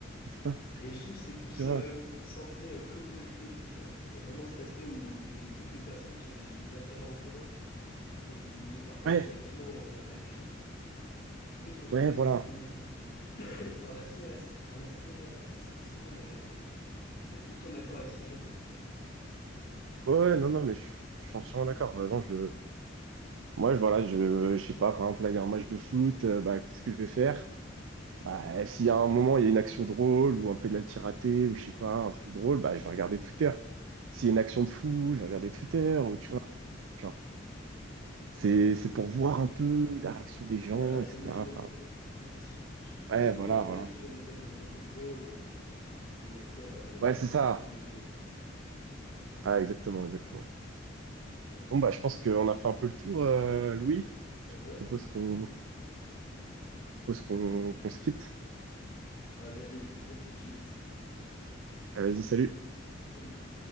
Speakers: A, on the right; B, on the left.
A: C'est pas,
B: Et je trouve que c'est plus
A: tu
B: euh,
A: vois.
B: centré euh, communauté et Twitter. Il y a vraiment cet aspect où il y a des groupes de personnes qui ont des, des intérêts en commun et qui les partagent
A: Ouais,
B: directement euh, à l'écrit. Et tu peux te retrouver
A: ouais, voilà.
B: dans ces communautés. Et c'est un aspect, assez- un aspect assez satisfaisant d'ailleurs de d'être tout le temps d'accord avec ces gens.
A: Ouais, ouais, non, non, mais je, je suis entièrement d'accord. Vraiment, je, moi, je, voilà, je, je sais pas, par exemple, là, il y a un match de foot, euh, bah, qu'est-ce que je vais faire? Bah, s'il y a un moment, il y a une action drôle ou un penalty raté ou je sais pas, un truc drôle, bah, je vais regarder Twitter. S'il y a une action de fou,
B: Ouais,
A: je vais regarder Twitter ou tu vois. C'est,
B: Bah, c'est un peu euh,
A: c'est pour voir un peu la réaction des gens,
B: les réactions
A: etc.
B: des gens
A: Enfin,
B: et tout. Et sou- surtout que
A: ouais,
B: souvent,
A: voilà,
B: euh,
A: voilà.
B: il y en a qui font des mèmes euh, un peu drôles euh, et il y a de quoi, il y a
A: Ouais,
B: de quoi
A: c'est
B: vraiment
A: ça.
B: rigoler. euh.
A: Ah, exactement, exactement.
B: Eh ben,
A: Bon, bah, je pense qu'on a fait un peu le tour, euh, Louis.
B: euh, ouais,
A: Je propose qu'on, je propose qu'on qu'on se quitte.
B: allez, allez, on se quitte.
A: Ah, vas-y, salut.
B: Salut.